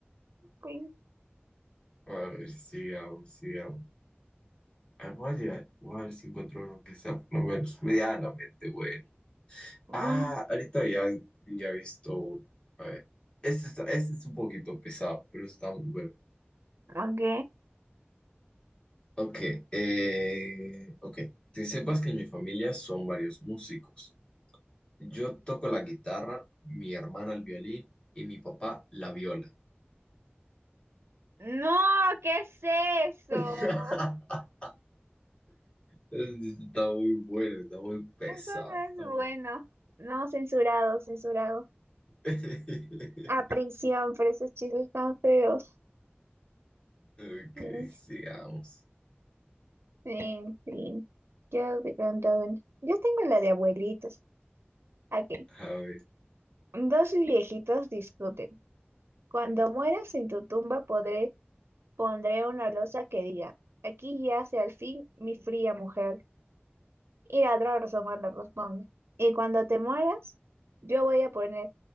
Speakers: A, on the right; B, on the left.
A: pues,
B: A ver, sigamos, sigamos. Ah, voy a llegar- voy a ver si encuentro uno que sea por lo menos medianamente bueno.
A: no,
B: Ah, ahorita ya, ya he visto uno. A ver. Este, está, este es un poquito pesado, pero está muy bueno.
A: ok.
B: Ok, eh, ok. Que sepas que en mi familia son varios músicos. Yo toco la guitarra, mi hermana el violín y mi papá la viola.
A: No, ¿qué es eso?
B: <laughs> Está muy bueno, está muy pesado,
A: Eso no es
B: está bueno.
A: bueno. No, censurado, censurado.
B: <laughs>
A: A prisión por esos chistes tan feos.
B: Ok,
A: Mm,
B: sigamos.
A: Fin, fin. Yo te cuento una. Yo tengo la de abuelitos. Ok.
B: A ver.
A: Dos viejitos discuten. Cuando mueras en tu tumba podré, pondré una losa que diga, aquí yace al fin mi fría mujer. Y la otra persona le responde, y cuando te mueras, yo voy a poner,